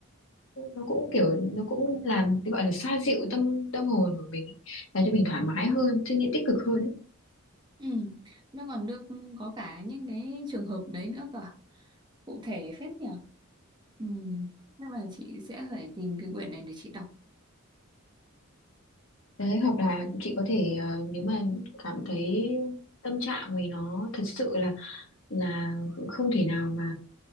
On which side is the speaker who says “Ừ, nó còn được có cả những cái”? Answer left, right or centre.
Right